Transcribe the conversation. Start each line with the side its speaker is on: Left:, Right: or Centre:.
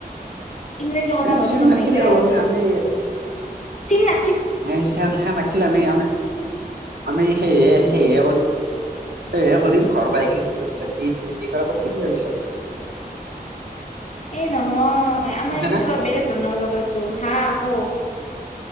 Left: ইংৰাজী কব নৰো
Right: চিম
Left: নহয়
Right: নাখিলেও
Left: এতয়া
Right: হ'ব
Left: আৰু
Right: আমি আমি
Left: চিমনাথ
Right: এইে নাখিলো আমি আমি আমি সেয়ে সেয়ে কৰি সেইয়ে কৰিম ঘৰ পৰা আহি কিনে যি যি কৰা ক থাকিব তাৰপিচত
Left: এ নহয়। আমাৰ
Right: বুজিছানে
Left: ইটো বেলেগ ধৰণৰ জগা টো হা ক